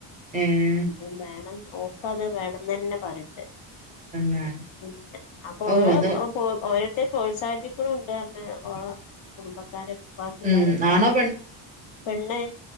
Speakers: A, on the right (about 15°); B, on the left (about 65°).
A: ഏഹ്
B: അതും വേണം ഓക്കത് വേണംന്നന്നെ പറയ്ണ്ട്
A: പിന്നെ
B: പിന്നെ അപ്പൊ
A: ഔ
B: ഓരോ <unintelligible>
A: അത്
B: ഓരോര്ത്തര് പ്രോത്സാഹിപ്പിക്ക്ണും ഇണ്ട് അർണ് ഓള കുടുംബക്കാര ബാക്കിക്കാരൊക്ക
A: ഉം ആണോ
B: പെണ്ണ്